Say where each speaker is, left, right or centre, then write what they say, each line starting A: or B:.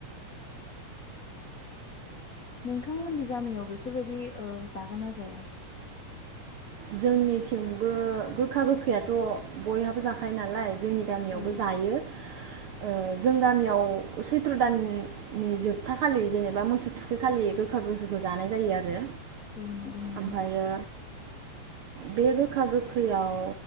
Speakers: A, on the left; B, on the right.
A: नोंथांमोननि गामियाव बेफोरबायदि ओ जागोन ना जाया?
B: जोंनिथिंबो गोखा गोखैयाथ' बयहाबो जाखायो नालाय जोंनि गामियावबो
A: औ
B: जायो ओ जों गामियाव सैथ्र' दाननि जोबथा खालि जेनेबा मोसौ थुखैखालि गोखा गोखैखौ जानाय जायो आरो
A: औ नंगौ नोंथां
B: ओमफ्रायो बे गोखा गोखैयाव